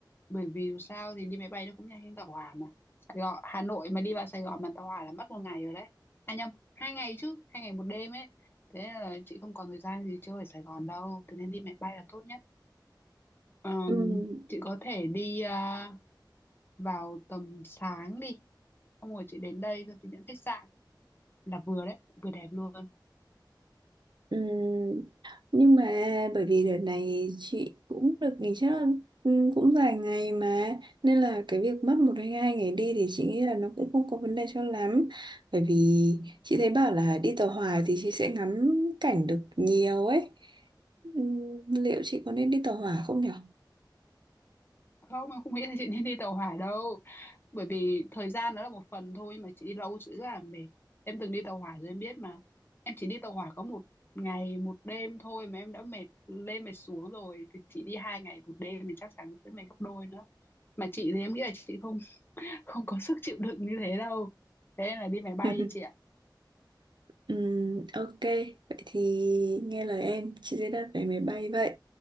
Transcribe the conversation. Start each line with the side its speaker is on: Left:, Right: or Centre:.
Left: Bởi vì dù sao thì đi máy bay nó cũng nhanh hơn tàu hỏa mà. Sài Gòn, Hà Nội mà đi vào Sài Gòn bằng tàu hỏa là mất một ngày rồi đấy. À nhầm, hai ngày chứ, hai ngày một đêm ấy. Thế nên là chị không còn thời gian gì chơi ở Sài Gòn đâu. Thế nên đi máy bay là tốt nhất. Ờm,
Right: Ừm,
Left: chị có thể đi à, vào tầm sáng đi. Xong rồi chị đến đây rồi chị nhận khách sạn là vừa đấy, vừa đẹp luôn.
Right: ừm. Nhưng mà bởi vì đợt này chị cũng được nghỉ phép ừm, cũng vài ngày mà nên là cái việc mất một hay hai ngày đi thì chị nghĩ là nó cũng không có vấn đề cho lắm bởi vì chị thấy bảo là đi tàu hỏa thì chị sẽ ngắm cảnh được nhiều ấy Ừm, liệu chị có nên đi tàu hỏa không nhở?
Left: không em không nghĩ là chị nên đi tàu hỏa đâu bởi vì thời gian đó là một phần thôi mà chị đi lâu chị rất là mệt em từng đi tàu hỏa rồi em biết mà em chỉ đi tàu hỏa có một ngày một đêm thôi mà em đã mệt lên mệt xuống rồi thì chị đi hai ngày một đêm thì chắc chắn sẽ mệt gấp đôi nữa mà chị thì em nghĩ là chị không <laughs> không có sức chịu đựng như thế đâu thế nên là đi máy bay
Right: <laughs>
Left: ấy chị ạ
Right: Ừm, ok, vậy thì nghe lời em, chị sẽ đặt vé máy bay vậy.